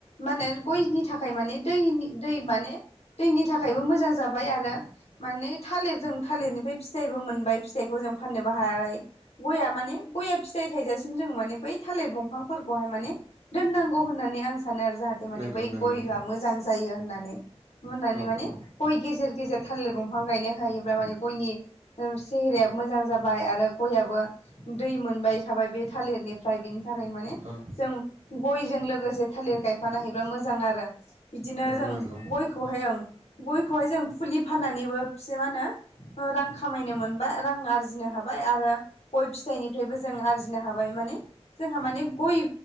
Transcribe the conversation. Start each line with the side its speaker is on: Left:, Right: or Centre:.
Left: माने गयनि थाखाय माने दैनि दै माने दैनि थाखायबो मोजां जाबाय आरो माने थालिर जों थालिरनिफ्राय फिथाइबो मोनबाय फिथाइखौ जों फाननोबो हाबाय। गया माने गया फिथाइ थायजासिम जों माने बै थालिर दंफांफोरखौहाय माने दोननांगौ होननानै आं सानो आरो जाहाथे माने
Right: नंगौ
Left: बै
Right: नंगौ
Left: गयआ मोजां जायो होननानै। मोननानै
Right: औ
Left: माने
Right: औ
Left: गय गेजेर गेजेर थालिर दंफां गायनो हायोब्ला माने गयनि ओ सेहेरायाबो मोजां जाबाय आरो गयाबो दै मोनबाय थाबाय बे थालिरनिफ्राय बेनि थाखायनो माने
Right: औ
Left: जों गयजों लो गोसे थालिर गायफानो हायोब्ला मोजां आरो। बिदिनो
Right: नंगौ
Left: जों
Right: नंगौ
Left: गयखौहाय ओं गयखौहाय जों फुलि फाननानैबो एसे मा होनो रां खामायनो मोनबाय रां आरजिनो हाबाय आरो गय फिथाइनिफ्रायबो जों आरजिनो हाबाय माने जोंहा माने गय